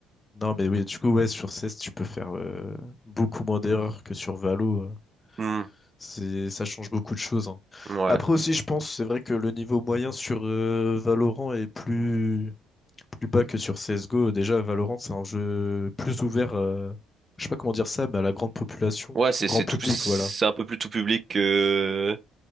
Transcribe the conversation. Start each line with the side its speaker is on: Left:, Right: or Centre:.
Left: Non, mais oui, du coup, ouais, sur CS, tu peux faire euh, beaucoup moins d'erreurs que sur Valo. euh.
Right: Hmm,
Left: C'est, ça change beaucoup de choses. hein.
Right: ouais.
Left: Après aussi, je pense, c'est vrai que le niveau moyen sur euh, Valorant est plus, plus bas que sur CSGO. Déjà, Valorant, c'est un jeu plus ouvert, euh, je sais pas comment dire ça, mais à la grande population,
Right: Ouais, c'est
Left: au grand
Right: c'est
Left: public,
Right: tout c'est
Left: voilà.
Right: un peu plus tout public que